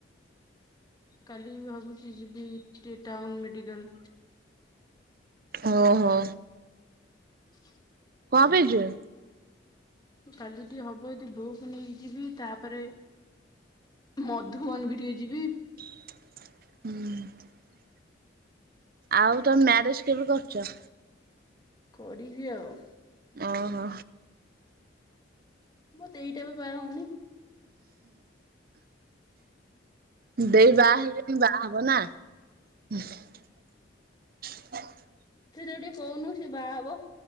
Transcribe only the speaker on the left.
କାଲି ଭାବୁଛି ଯିବି ଟିକେ ଟାଉନ ମେଡିକାଲ୍।
ହ <inaudible>
କାଲି ଟିକେ ହବ ଜଦି ବୋଉକୁ ନେଇକି ଯିବି ତାପରେ ମଧୁବନ ବି ଟିକେ ଯିବା।
କଡିବି ଆଉ
ମତେ ଏଇଟା ବା ବାହା ହୋଉନ।
ଥିରିକି ଟିକେ କହୁନୁ ସେ ବାହା ହବ।